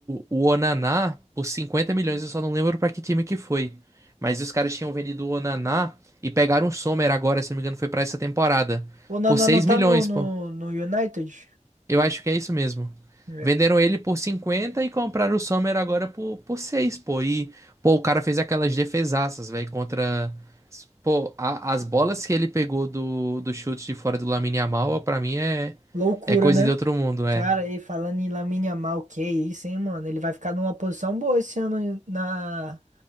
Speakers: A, on the right; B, on the right.
A: o Onaná por 50 milhões, eu só não lembro pra que time que foi. Mas os caras tinham vendido o Onaná e pegaram o Sommer agora, se não me engano, foi pra essa temporada,
B: O Naná
A: por 6
B: não tá
A: milhões,
B: no, no,
A: pô.
B: no United?
A: Eu acho que é isso mesmo.
B: É.
A: Venderam ele por 50 e compraram o Sommer agora por, por 6, pô. E, pô, o cara fez aquelas defesaças, velho, contra. Pô, a- as bolas que ele pegou do, do chute de fora do Lamine Yamal, pra mim é,
B: Loucura,
A: é coisa
B: né?
A: de outro mundo, é.
B: Cara, e falando em Lamine Yamal, que isso, hein, mano? Ele vai ficar numa posição boa esse ano na,